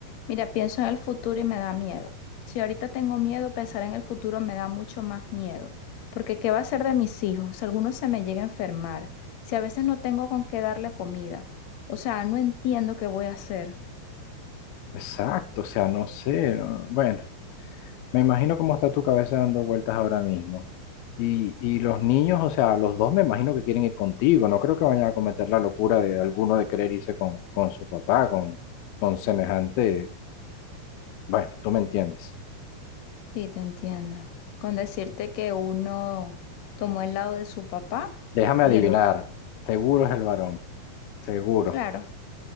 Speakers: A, on the left (about 55°); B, on the left (about 80°).
A: mira, pienso en el futuro y me da miedo. Si ahorita tengo miedo, pensar en el futuro me da mucho más miedo, porque ¿qué va a ser de mis hijos si alguno se me llega a enfermar? Si a veces no tengo con qué darle comida. O sea, no entiendo qué voy a hacer.
B: Exacto, o sea, no sé, no- bueno, me imagino cómo está tu cabeza dando vueltas ahora mismo. Y, y los niños, o sea, los dos me imagino que quieren ir contigo, no creo que vayan a cometer la locura de alguno de querer irse con, con su papá, con, con semejante, bueno, tú me entiendes.
A: Sí, te entiendo. Con decirte que uno tomó el lado de su papá
B: Déjame
A: y
B: adivinar,
A: el otro.
B: seguro es el varón, seguro.
A: Claro.